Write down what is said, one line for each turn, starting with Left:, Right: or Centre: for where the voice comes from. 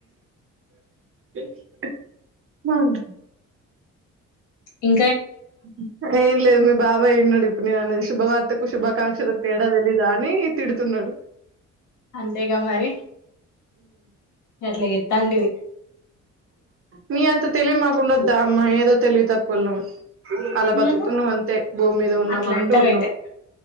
Right: హ్మ్
Left: ఇ
Right: ఉహుమ్ ఏంల్లేదు మీ బాబాయ్ ఇన్నడు పులిదాని శుభవార్తకు శుభాకాంక్షలకు తేడా తెలీదా అని తిడుతున్నాడు
Left: అంతేగా మరి ఎట్ల చెబి తండవి
Right: మీ అంత తెలియ మాకుండొద్దా అమ్మా ఏదో తెలివి తక్కుళ్ళం అలా బతుకుతునామ్
Left: ఉహు
Right: అంతే భూమి మీద ఉన్నాం
Left: అట్లా
Right: ఆ
Left: అంటావు
Right: అంటూ ఉన్నావు
Left: అయితే